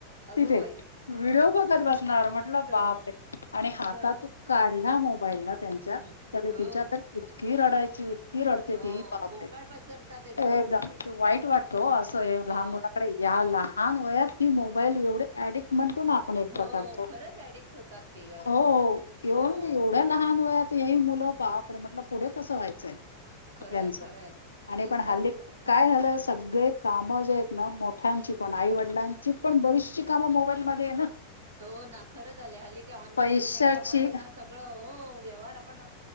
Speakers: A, on the right; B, on the left.
A: अगो
B: तिथे
A: बाई
B: व्हिडिओ बघत बसणार म्हटलं
A: अ
B: बापरे आणि हातातून
A: अ
B: काढ ला मोबाईल ना त्यांच्या
A: हम्म. हो
B: तिच्यातच इतकी रडायची ईतकीरडते
A: हो
B: ती बापरे
A: बोकाड पसरतात
B: एकदम
A: म्हणजे
B: वाईट वाटत ओ असं ह्या
A: हो
B: लहान मुलांकडे या लहान वयात ही मोबाईल एवढी ऍडिकट म्हण आपण एक
A: हो
B: प्रकारच
A: खरंच ऍडिक्ट होतात ते असं
B: हो एवढ
A: हो
B: एवढ्या
A: हो
B: लहान वयात हेही मुलं बापरे म्हटल पुढे कसं व्हायचंय
A: खरंय
B: यांचं
A: खरंय
B: आणि
A: तेच
B: पण हल्ली
A: तर
B: ला सगळे काम जेयेत ना मोठ्यांची पण आई वडिलांची पण बरीचशी कामं मोबाईलमध्ये ना.
A: हो ना खरं झालं हली ते ऑनलाईन
B: पैशाची
A: याच्यामुळे ना सगळं हो व्यवहार आपण